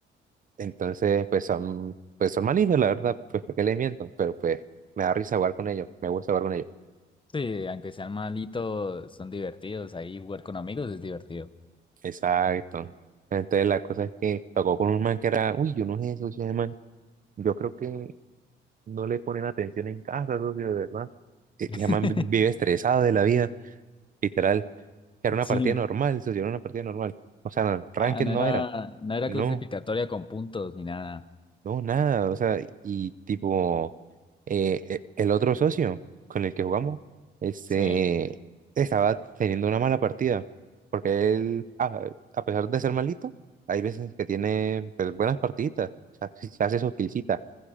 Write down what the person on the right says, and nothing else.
Entonces, pues son, pues son malignos, la verdad, pues porque les miento, pero pues me da risa jugar con ellos, me gusta jugar con ellos.
Exacto. Entonces la cosa es que tocó con un man que era, uy, yo no sé eso, ese man. Yo creo que no le ponen atención en casa, socio, de verdad. E-
Ese man vive estresado de la vida, literal. Era una
partida normal, socio, era una partida normal. O sea, no, ranked
no
era,
no.
No, nada, o sea, y tipo, eh, e- el otro socio con el que jugamos, este,
estaba teniendo una mala partida, porque él, a, a pesar de ser malito, hay veces que tiene pues, buenas partiditas, o sea, <laughs> sí hace sus killcitas.